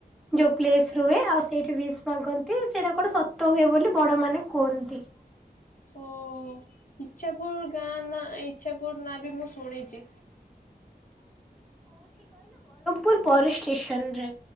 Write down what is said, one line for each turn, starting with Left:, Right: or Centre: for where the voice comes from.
Left: ଓ
Centre: ଯୋଉ ପ୍ଲେସ ରୁହେ, ଆଉ ସେଇଠି ୱିଶ ମାଗନ୍ତି। ସେଇଟା କଣ ସତ ହୁଏ, ବୋଲି ବଡ ମାନେ କୁହନ୍ତି।
Left: ଓ ଇଛାପୁର ଗାଁ, ନା ଇଚ୍ଛାପୁର ନାଁ ବି ମୁଁ ଶୁଣିଛି।
Centre: ହ ପୁର ପର ଷ୍ଟେସନରେ।